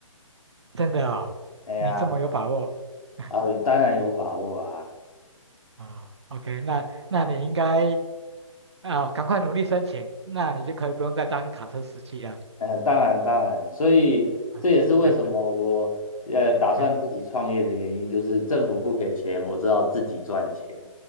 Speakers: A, on the right; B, on the left.
A: 真的哦，
B: 哎呀。
A: 你这么有把握？<laughs>
B: 啊，当然有把握啊，
A: 啊、o k 那那你应该啊、赶快努力申请，那你就可以不用再当卡车司机了。
B: 呃，当然当然，所以这也是为什么我呃打算自己创业的原因，
A: 嗯嗯嗯，
B: 就是政府不给钱，我知道自己赚钱。